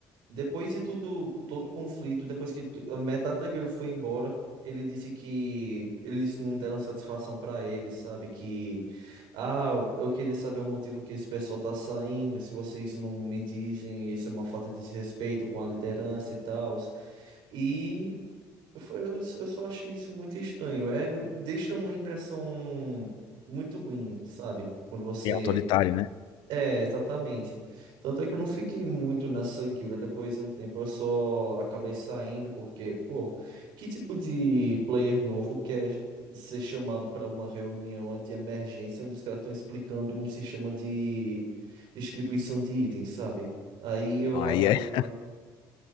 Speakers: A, on the right; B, on the left.
A: depois de tudo, todo o conflito, depois que tu- a metade da guilda foi embora, ele disse que eles não deram satisfação pra ele, sabe? Que, ah, eu queria saber o motivo que esse pessoal tá saindo, se vocês não me dizem, isso é uma falta de respeito com a liderança e tal. E foi- eu eu só achei isso muito estranho. É, deixa uma impressão muito ruim, sabe? Quando você
B: E autoritário, né.
A: é, exatamente. Tanto é que eu não fiquei muito nessa guilda. Depois de um tempo eu só acabei saindo, porque, pô, que tipo de player novo quer ser chamado para uma reunião de emergência onde os caras estão explicando um sistema de distribuição de itens, sabe? Aí eu
B: Não, aí
A: acabei
B: é <laughs>
A: saindo.